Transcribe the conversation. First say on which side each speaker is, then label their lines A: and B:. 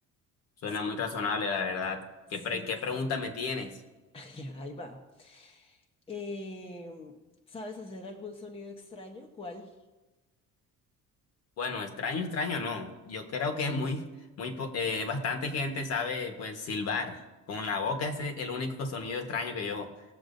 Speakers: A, on the left (about 50°); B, on the left (about 15°).
A: suena
B: sí,
A: muy razonable, la verdad.
B: sí,
A: ¿Qué pre- qué
B: sí.
A: pregunta me tienes?
B: <laughs> Ahí va. Em, ¿sabes hacer algún sonido extraño? ¿Cuál?
A: Bueno, extraño, extraño, no. Yo creo que muy, muy, po- eh, bastante gente sabe, pues, silbar. Con la boca ese es el único sonido extraño que yo